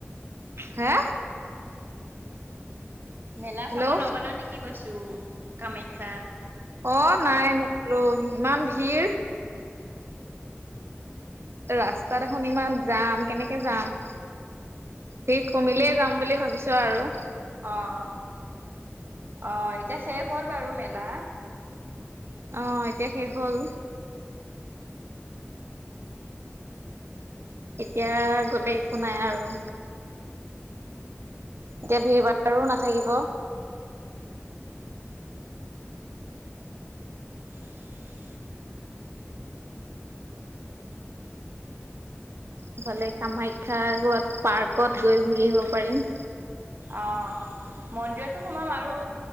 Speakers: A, on the right; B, on the right.
A: হে
B: মেলা
A: হেল্ল'
B: চাব নগ'লা নে কি কৈছোঁ কামাখ্যাত।
A: অ', নাই নগলো ইমান ভিৰ। ৰাস্তাত দেখোন ইমান জাম কেনেকে যাম। ভিৰ কমিলেই যাম বুলি ভাবিছোঁ আৰু।
B: অ', অ' এতিয়া শেষ হ'ল বাৰু মেলা।
A: অ' এতিয়া শেষ হ'ল। এতিয়া গলে একো নাই আৰু। এতিয়া ভিৰ ভাৰো নাথাকিব।
B: <inaudible>
A: ইফালে, কামাখ্যা ক'ৰবাত পাৰ্কত গৈ ঘূৰি আহিব পাৰিম।
B: অ' মন্দিৰতো সোমাম আৰু